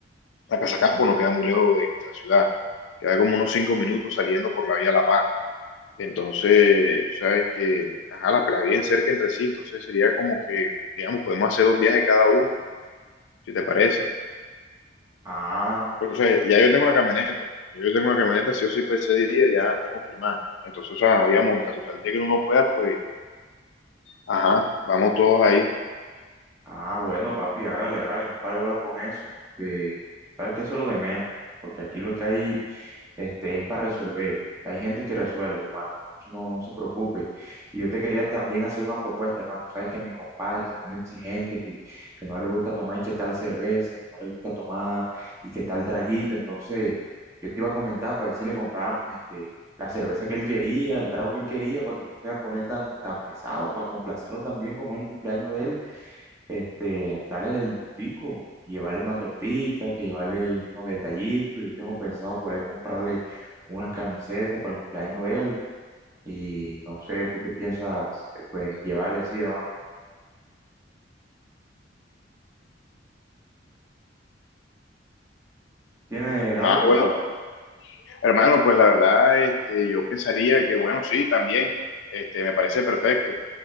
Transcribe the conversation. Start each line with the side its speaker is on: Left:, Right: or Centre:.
Left: La Casa Campo no queda muy lejos de, de la ciudad, queda como unos cinco minutos saliendo por la vía La Paz. Entonces, tú sabes que, ajá, las pelas bien cerca entre sí, entonces sería como que, digamos, podemos hacer dos viajes cada uno, si te parece.
Right: Ah.
Left: Porque, o sea, ya yo tengo la camioneta, ya yo tengo la camioneta, sí o sí, para ese día ya está confirmada. Entonces, o sea, digamos, en caso tal de que uno no pueda, pues, ajá, vamos todos ahí.
Right: Ah, bueno, papi, hágale, hágale, no pare bolas con eso. Este, sabes que eso es lo de menos, porque aquí lo que hay este, es para resolver. Hay gente que resuelve, hermano. Entonces, No, no se preocupe. Y yo te quería también hacer una propuesta, hermano. Sabes que mi compadre se pone exigente, que, que no le gusta tomar y qué tal cerveza, que no le gusta tomar y qué tal traguito. Entonces, yo te iba a comentar para ver si le compramos este, la cerveza que él quería, el trago que él quería, para que no se vaya a poner tan, tan pesado, para complacerlo también, como es el cumpleaños de él este, dale el gustico, llevarle una tortica, que llevarle unos detallitos. Yo tengo pensado por ahí comprarle unas camisetas para el cumpleaños de él. Y no sé, ¿tú qué piensas, eh, pues, llevarle, sí, hermano? ¿Tienes algo
Left: Ah,
Right: pensado,
Left: bueno,
Right: hermano?
Left: hermano, pues la verdad, este, yo pensaría que, bueno, sí, también, este, me parece perfecto.